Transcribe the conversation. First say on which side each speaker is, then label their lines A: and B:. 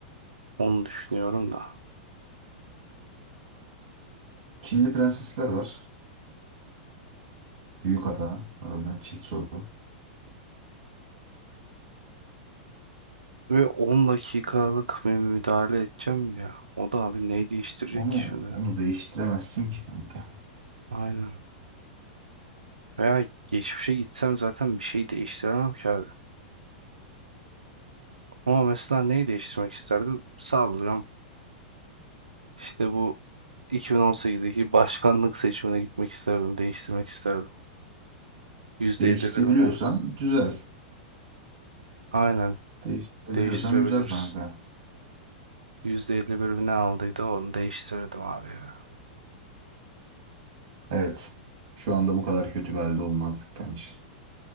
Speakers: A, on the right; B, on the right.
A: Onu düşünüyorum da.
B: Çinli prensesler var. Büyük hata. Harbiden çift soru.
A: Ve 10 dakikalık bir müdahale edeceğim ya. O da abi neyi değiştirecek
B: Onu,
A: ki şimdi?
B: onu değiştiremezsin ki kanka.
A: Aynen. Veya geçmişe gitsem zaten bir şey değiştiremem ki abi. Ama mesela neyi değiştirmek isterdim? Sallıyorum. İşte bu 2018'deki başkanlık seçimine gitmek isterdim, değiştirmek isterdim. %51
B: Değiştirebiliyorsan
A: mi ne?
B: güzel.
A: Aynen
B: Değiştirebiliyorsan
A: değiştirebiliriz.
B: güzel kanka.
A: %51 mi ne aldıydı onu değiştirirdim abi ya.
B: Evet. Şu anda bu kadar kötü bir halde olmazdık bence.